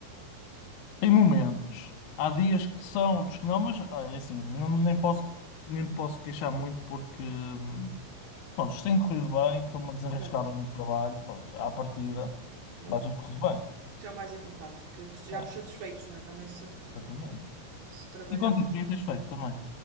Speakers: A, on the left; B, on the right.
A: Tem momentos.
B: não é?
A: Há dias que são, outros que não, mas olha, é assim, não- nem posso, nem posso queixar muito porque, hum, pronto, isto tem corrido bem, estou-me a desenrascar
B: Ainda bem.
A: bem no trabalho, pronto, à partida
B: Boa.
A: vai tudo correr bem.
B: Isso é o mais importante, que, que estejamos
A: É,
B: satisfeitos, não é? Também se,
A: exatamente.
B: se trabalharmos.
A: E contigo, o que é que tens feito também?